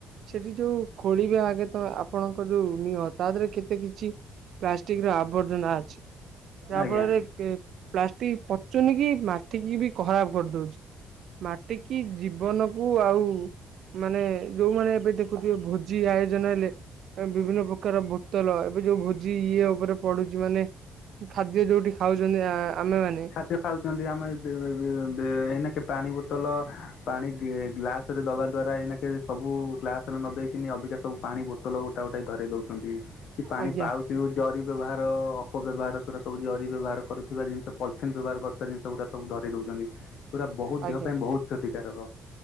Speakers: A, on the right (about 55°); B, on the left (about 60°).
A: ସେଠି ଯୋଉ ଖୋଳିବେ ଆଗେ ତ ଆପଣଙ୍କ ଯୋଉ ନିଅ ତା ଦେହରେ କେ କିଛି ପ୍ଲାଷ୍ଟିକ ର ଆବର୍ଜନା ଅଛି ଯାହା
B: ଆଜ୍ଞା।
A: ଫଳରେ କେ ପ୍ଲାଷ୍ଟିକ ପଚୁନି କି ମାଟିକି ବି ଖରାପ କରିଦଉଛି। ମାଟିକି ଜୀବନକୁ ଆଉ ମାନେ ଯୋଉମାନେ ଏବେ ଦେଖୁଥିବେ ଭୋଜି ଆୟୋଜନ ହେଲେ ତାଙ୍କେ ବିଭିନ୍ନ ପ୍ର ବୋତଲ ଏବେ ଯୋଉ ଭୋଜି ଇଏ ଉପରେ ପଡୁଛି ମାନେ ଖାଦ୍ୟ ଯୋଉଠି ଖାଉଛନ୍ତି ଆ ଆମେମାନେ
B: ସିଏ ଖାଉଛନ୍ତି ଆମେ ଏ ବେ ବେ ବେ ଏଇନାକେ ପାଣି ବୋତଲ ପାଣି ଗି ଗ୍ଲାସ ରେ ଦବା ଦ୍ଵାରା ଏଇନାକେ ସବୁ ଗ୍ଲାସ ରେ ନ ଦେଇକିନି ଅଧିକା ସବୁ ପାଣି ବୋତଲ ଗୋଟା ଗୋଟାକି ଧରେଇ ଦଉଛନ୍ତି। କି ପାଣି
A: ଆଜ୍ଞା
B: ପାଉଚୁ ଜରି ବ୍ୟବହାର ଅପବ୍ୟବହାର ଶଶୁର ସବୁ ଜରି ବ୍ୟବହାର କରୁଥିବା ଜିନିଷ ପଲିଥିନ୍ ବ୍ୟବହାର କରୁଥିବା ଜିନିଷ ଗୁରା ସବୁ ଧରେଇ ଦଉଛନ୍ତି। ପୁରା ବହୁତ
A: ଆଜ୍ଞା
B: ଦେହ ପାଇଁ ବହୁତ କ୍ଷତିକାରକ